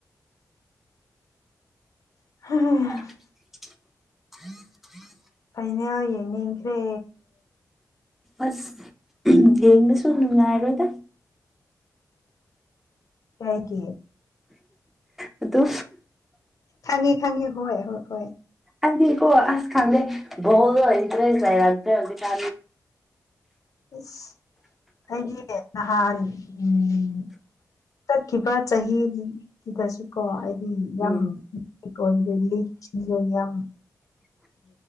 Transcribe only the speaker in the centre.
<inaudible>
ꯑꯁ ꯌꯦꯡꯕꯁꯨ ꯅꯨꯡꯉꯥꯏꯔꯣꯏꯗ
ꯑꯗꯣ
ꯑꯗꯤ ꯀꯣ ꯑꯁ ꯈꯥꯗ ꯏꯇ꯭ꯔꯦꯁ ꯍꯥꯏꯔ ꯍꯧꯖꯤꯀ
ꯎꯝ